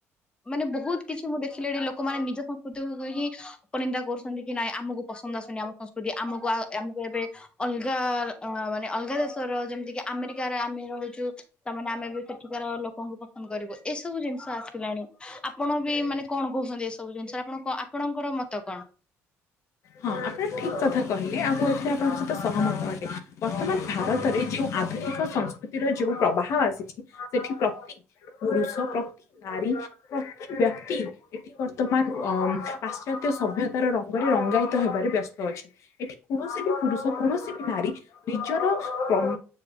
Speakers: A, on the left; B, on the left.
A: ମାନେ ବହୁତ କିଛି ମୁଁ ଦେଖିଲିଣି ଲୋକମାନେ ନିଜ ସଂ କୁତୁକୁ ହିଁ ଅପନିନ୍ଦା କରୁଛନ୍ତି କି ନାଇଁ ଆମକୁ ପସନ୍ଦ ଆସୁନି ଆମ ସଂସ <unintelligible> ଆମକୁ ଆ, ଆମକୁ ଏବେ ଅଲଗା ର ଅ, ମାନେ ଅଲଗା ଦେଶର ଯେମିତି କି ଆମେରିକାରେ ଆମେ ର ରହୁଚୁ, ତା ମାନେ ଆମେ ବି ସେଠିକାର ଲୋକଙ୍କୁ ପସନ୍ଦ କରିବୁ। ଏସବୁ ଜିନିଷ ଆସିଲାଣି। ଆପଣ ବି କି ମାନେ କଣ କହୁସନ୍ତି ଯେ ଏ ସବୁ ଜିନିଷ ଆପଣଙ୍କ ଆପଣଙ୍କର ମୋତେ କଣ?
B: ହଁ ଆପଣ ଠିକ କଥା କହିଲେ ଆଉ କୋଉ ଏଥିରେ ଆପଣଙ୍କ ସହିତ ସହମତ ଅଟେ। ବର୍ତ୍ତମାନ ଭାରତରେ ଯେଉଁ ଆଧୁନିକ ସଂସ୍କୃତିରେ ଯୋଉ ଉ, ପ୍ରବାହ ଆସିଛି, ସେଠି ପ୍ରତି ପୁରୁଷ ପ୍ରତି ନାରୀ ପ୍ରତି ବ୍ୟକ୍ତି ଏଠି କର୍ ତମାନ ଅ, ଉଁ, ପାଶ୍ଚାତ୍ୟ ସଭ୍ୟତାର ରଙ୍ଗରେ ରଙ୍ଗାୟିତ ହେବାରେ ବ୍ୟସ୍ତ ଅଛି। ଏଠି କୌଣସି ବି ପୁରୁଷ କୌଣସି ବି ନାରୀ ନିଜର ପ୍ରମ